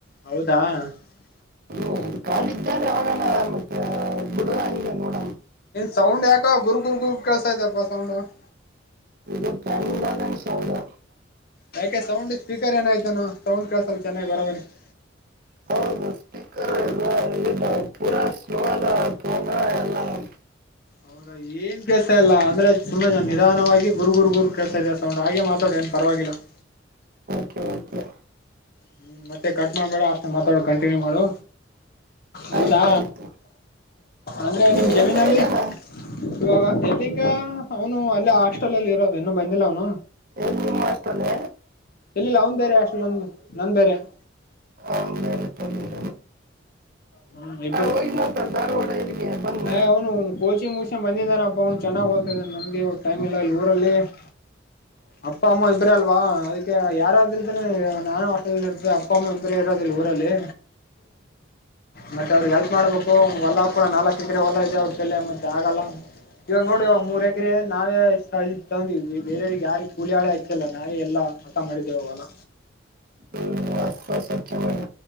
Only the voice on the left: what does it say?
ಹೌದಾ. <inaudible>
ಸೌಂಡ್, ಯಾಕೋ, ಗುರು, ಗುರು, ಗುರು, ಕೇಳಿಸ್ತಾ ಇತ್ತಪ್ಪ, ಸೌಂಡ್. <inaudible>
ಯಾಕೆ ಸೌಂಡ್ ಸ್ಪೀಕರ್ ಏನಾಯ್ತುಾನ ಸೌಂಡ್ ಕಲಸ್ ಚೆನ್ನಾಗಿ್ ಬರ ಮರಿ <inaudible>
ಹೌದಾ ಏನ್ ಕೆೇಸ ಇಲ್ಲ ಅಂದ್ರೆ ತುಂಬಾ ನಿಧಾನವಾಗಿ ಗುರು ಗುರು ಗುರು ಕೆಲ್ಸಾ ಇದ ಸೌಂಡ್ ಹಾಗೆ ಮಾತಾಡು ಏನ್ ಪರವಾಗಿಲ್ಲ <unintelligible>
ಹ್ಮ್ ಮತ್ತೆ ಕಟ್ ಮಾಡ್ಬೇಡ ಅಷ್ಟೆ ಮಾತಾಡ ಕಂಟಿನ್ಯೂ ಮಾಡು ಹೌದಾ
ಅಂದ್ರೆ
ನಿಮ್ಮ ಜಮೀನಲ್ಲಿ
ಇವಾಗ ಎಲ್ಲಿಂಗ ಅವನು ಅಲ್ಲೇ ಹಾಸ್ಟೆಲ್ ಅಲ್ಲಿ ಇರೋದು ಇನ್ನುೂ ಬಂದಿಲ್ಲ ಅವನು
ಇಲ್ಲಿಿಲ್ಲ ಅವ್ನ್ ಬೇರೆ ಅಷ್ಟು ನಂದ ನಂದ ಬೇರೆ <inaudible>
ಹ್ಮ, ಇಬ್ಬರು,
ಹೇ, ಅವನು, ಕೋಚಿಂಗ್, ಮಗ್ಗಿಸಿಕೊಂಡು, ಬಂದಿದ್ದಾನೆ. <inaudible> ಫೊಂಡ ಚೆನ್ನಾಗಿ ಓ್ತಿದೆ ನಮ್ಗೆ ಇವಾಗ ಟೈಮ್ ಇಲ್ಲ ಇಲ್ಲಿ ಊರಲ್ಲಿ <unintelligible> ಅಪ್ಪ ಅಮ್ಮ ಇಬರೇ ಅಲ್ವಾ ಅದಕ್ಕೆ ಯಾರಾದರು್ದ್ರೆ ನಾನು ಹೋಟೆಲ್ಲ್ಲಿ ಇರ್ತೆ ಅಪ್ಪ ಅಮ್ಮ ಇಬರೇ ಇರೋದಿಲ್ಲ ಊರಲ್ಲಿ ಮತ್ತೆ ಅವ್ರಿಗೆ ಎಲ್ಪ್ ಮಾಡ್ಬೇಕು ಹೊಲ ಕೂಡ ನಾಲ್ಕಕ್ ಎಕರೆ ಹೊಲ್ಲ ಇದೆ ಅವ್ರ ತಲೆ ಮತ್ತೆ ಆಗಲ್ಲ ಇವಾಗ ನೋಡಿ ಮೂರ್ ಎಕರೆ ನಾವೇ ತಗಂದಿವ್ ಬೇರವ್ರಿಗೆ ಯಾರಿಿಗೆ ಕೂಲಿ ಹಳೆ ಆಚ್ಚಲ್ಲ ನಾವೇ ಎಲ್ಲಾ <unintelligible> ಹೊಲ